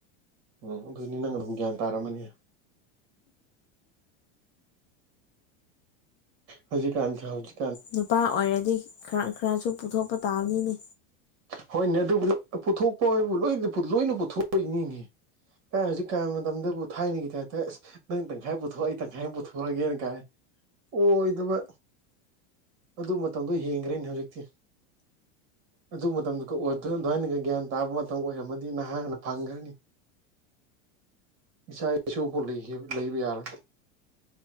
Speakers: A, on the right; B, on the left.
A: ꯎꯝ ꯑꯗꯨꯅꯤ ꯅꯪ ꯑꯗꯨꯝ ꯒ꯭ꯌꯥꯟ ꯇꯥꯔꯝꯃꯅꯤ ꯍꯧꯖꯤꯛ ꯀꯥꯟ ꯁꯦ ꯍꯧꯖꯤꯛ
B: ꯅꯨꯄꯥ ꯑꯣꯏꯔꯗꯤ ꯈꯔ ꯈꯔꯁꯨ ꯄꯨꯊꯣꯛꯄ ꯇꯥꯕꯅꯤꯅꯦ꯫
A: ꯍꯣꯏꯅꯦ ꯑꯗꯨꯕꯨ ꯄꯨꯊꯣꯛꯄ ꯍꯥꯏꯕꯨ ꯂꯣꯏ ꯂꯣꯏꯅ ꯄꯨꯊꯣꯛ ꯄꯩꯅꯤꯅꯦ꯫ ꯀꯥꯏ ꯍꯧꯖꯤꯛ ꯀꯥꯟ ꯃꯇꯝꯗꯕꯨ ꯊꯥꯏꯅꯒꯤ ꯇꯥꯏꯞꯇꯥ ꯑꯁ ꯅꯪ ꯇꯪꯈꯥꯏ ꯄꯨꯊꯣꯛ ꯑꯩ ꯇꯪꯈꯥꯏ ꯑꯃ ꯄꯨꯊꯣꯛꯑꯒꯦꯅ ꯀꯥꯏ ꯑꯣꯏꯗꯕ ꯑꯗꯨ ꯃꯇꯝꯗꯣ ꯍꯦꯟꯈ꯭ꯔꯦꯅꯦ ꯍꯧꯖꯤꯛꯇꯤ꯫ ꯑꯗꯨ ꯃꯇꯝꯗꯨꯒ ꯑꯗꯨꯃꯥꯏꯅꯒ ꯒ꯭ꯌꯥꯟ ꯇꯥꯕ ꯃꯇꯝ ꯑꯣꯏꯔꯝꯃꯗꯤ ꯅꯍꯥꯥꯟꯅ ꯐꯪꯈ꯭ꯔꯅꯤ ꯏꯆꯥ ꯏꯁꯨ ꯐꯥꯎ ꯂꯩꯕ ꯌꯥꯔꯣꯏ